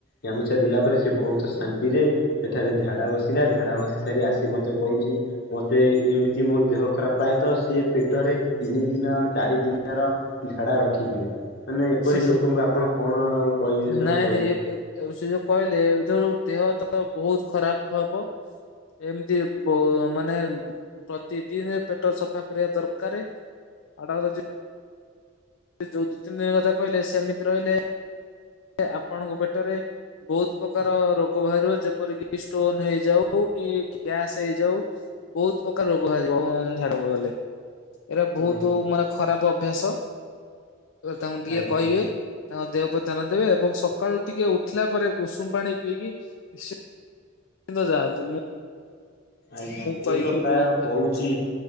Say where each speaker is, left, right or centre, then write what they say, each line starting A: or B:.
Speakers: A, on the left; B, on the left.
A: ଗାମୁଛା ଦେଲା ପରେ ସେ ଭଉତୁ ଶାନ୍ତି ରେ ସେଠାରେ ଝାଡା ବସିଲା। ଝାଡା ବସି ସାରି ଆସି ମୋତେ କହୁଚି ମତେ ଏମିତି ମୋ ଦେହ ଖରାପ ପ୍ରାୟତ। ସିଏ ପେଟରେ ତିନି ଦିନ ଚାରି ଦିନର ଝାଡା ରଖିକି ମାନେ ଏପରି
B: ସେ
A: ଲୋକଙ୍କୁ ଆପଣ କଣ କହିବେ ସବୁ
B: ନାଇଁ
A: କହିଲେ।
B: ନାଇଁ ଏ ଏ ଏ ସେ ଯୋଉ କହିଲେ ଏ ଯୋ ଦେହ ହତ ବହୁତ ଖରାପ ହବ। ଏମତି ବୋ ମାନେ ପ୍ରତିଦିନ ପେଟ ସଫା କରିବା ଦରକାର। <unintelligible> ଯୋଉ ଦୁଇ ତିନି ଦିନ କଥା କହିଲେ ସେମିତି ରହିଲେ ଆପଣଙ୍କ ପେଟରେ ବହୁତ ପ୍ରକାର ରୋଗ ବାହାରିବ ଯେପରିକି ଷ୍ଟୋନ ହେଇଯାଉ କି ଗ୍ୟାସ ହେଇଯାଉ। ବହୁତ ପ୍ରକାର ରୋଗ ବାହାରିବ ଝାଡ ନଗଲେ। ଏଇଟା ବହୁତ
A: ଓହୋ
B: ମାନେ ଖରାପ ଅଭ୍ୟାସ। ଏ ତାଙ୍କୁ ଟିକେ
A: ଆଜ୍ଞା।
B: କହିବେ। ତାଙ୍କ ଦେହ ପ୍ରତି ଧ୍ୟାନ ଦେବେ। ଏବଂ ସକାଳୁ ଟିକେ ଉଠିଲା ପରେ ଉଷୁମ ପାଣି ପିଇକି ସେ କିନ୍ତୁ ଯାଆନ୍ତୁ ମୁଁ
A: ଆଜ୍ଞା ମୁଁ
B: କହିବି
A: ତ ପ୍ରାୟ
B: ବହୁତ
A: କହୁଛି।